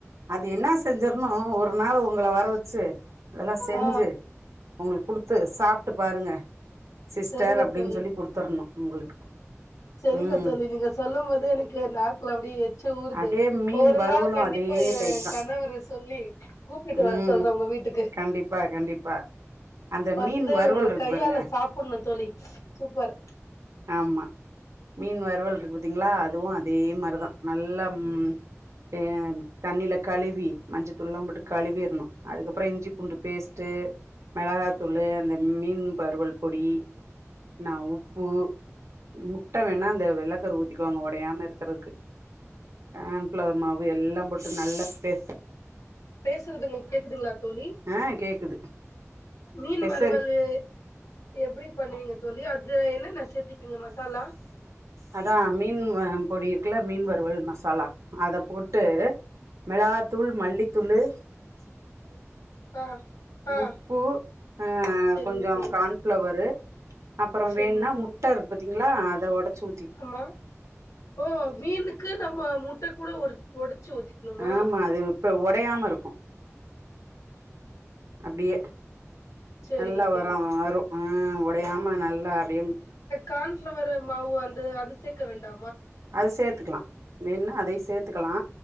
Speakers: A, on the right; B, on the left.
A: அது என்னா செஞ்சேம் ஒரு நாள் ஒங்கள வர வச் வச்சு இதெல்லா செஞ்சு
B: ஆ
A: உங்களுக்கு குடுத்து சாப்ட்டு பாருங்க சிஸ்டர்
B: சேரிங்க
A: அப்டின்
B: தோழி
A: சொல்லி குடுத்தர்ணு உங்களுக்கு
B: சேரிங்க
A: ம்
B: தோழி நீங்க சொல்லும் போதே எனக்கு நாக்கல அப்டிய எச்சி ஊருது
A: அப்டியே மீன்
B: ஒரு
A: வறுவலு
B: நாள் கண்டிப்பா
A: அதே
B: ஏ
A: டைப் தா
B: கணவர சொல்லி கூப்பிட்டு
A: ம்
B: வர சொல்ற உங்க வீட்டுக்கு
A: கண்டிப்பா கண்டிப்பா அந்த
B: வந்து
A: மீன் வறுவல்
B: உங்க
A: இருக்கு
B: கையால
A: பாருங்க
B: சாப்ப ஆமா தோழி சூப்பர்
A: ஆமா மீன் வறுவல் இருக்கு பத்தீங்களா அதுவும் அதே மாரிதா நல்லா தே தண்ணியில கழுவி மஞ்சத்தூள்ல்லா போட்டு கழுவிடணு அதுக்கப்புறம் இஞ்சி பூண்டு பேஸ்ட்டு மிளகாத்தூள் அந்த மீன் வருவல் பொடி ந உப்பு முட்ட வேணா அந்த வெள்ளக்கரு ஊத்திகோங்க உடையாம இருக்கு கான்பிளவர் மாவு எல்லா பே நல்ல பே
B: பேசுறது உங்களுக்கு கேக்குதுங்களா தோழி
A: ஆ கேக்குது
B: மீன்
A: பெசறி
B: வறுவலு எப்டி பண்ணுவீங்க தோழி அது து என்னனா சேத்தி இங்க மசாலா
A: அதா மீன் பொடி இருக்குல்ல மீன் வறு புல் மசாலா அத போட் ட்டு மிளகா தூள் மல்லிதூளு
B: ஆ ஆ
A: உப்பு அ‌
B: சரிங்க
A: கொஞ்ச
B: தோழி
A: கன்ஃப்ளவரு அப்புறோ
B: சரிங்க
A: வேணுனா
B: தோழி
A: முட்ட இருக்குது ங்களா அத ஒடச்சி உ
B: ஆமா ஓ மீனுக்கு நம்ம முட்ட கூட ஒடச் ஒடிச்சு ஒத்திக்கணுமா
A: ஆமா அது இப்ப உடையாம இருக்கு அப்படியே
B: சரிங்க
A: நல்லா வர
B: தோழி
A: வரு உம் உடையம ஆமா நல்லா அப்படியே
B: கார்ன்ஃப்ளவர் மாவு வந்து அது சேர்க்க வேண்டா
A: அது சேத்து இருக்கலா வேனா அதையூ சேத்துக்கலா